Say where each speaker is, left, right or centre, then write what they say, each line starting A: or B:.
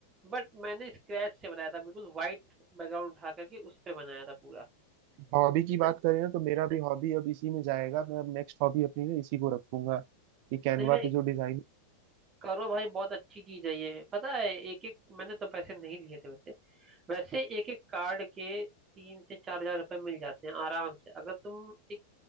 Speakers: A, on the right (about 25°); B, on the right (about 45°).
A: बट मैंने स्क्रैच से बनाया था बिल्कुल वाइट बैकग्राउंड उठा करके उस पे बनाया था पूरा
B: हॉबी
A: जैसे
B: की बात करें ना तो मेरा भी हॉबी अब इसी में जाएगा मैं अब नेक्स्ट हॉबी अपनी ना इसी को रखूंगा कि कैनवा
A: नहीं भाई
B: पे जो डिजाइन
A: करो भाई बहुत अच्छी चीज है ये पता है एक एक मैंने तो पैसे नहीं लिए थे वैसे वैसे एक एक कार्ड के तीन से चार हजार रुपये मिल जाते हैं आराम से अगर तुम एक